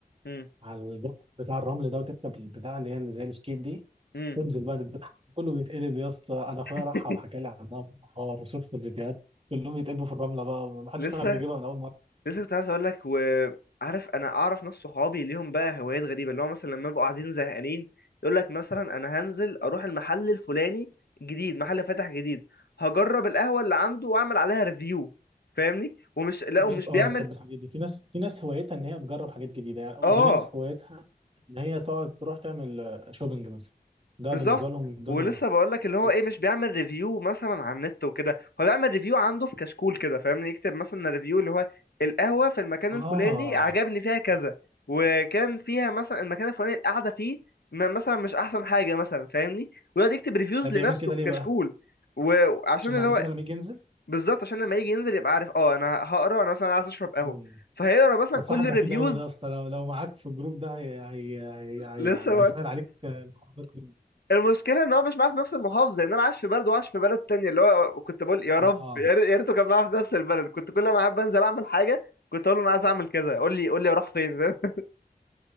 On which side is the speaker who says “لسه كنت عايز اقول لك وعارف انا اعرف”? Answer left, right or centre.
Left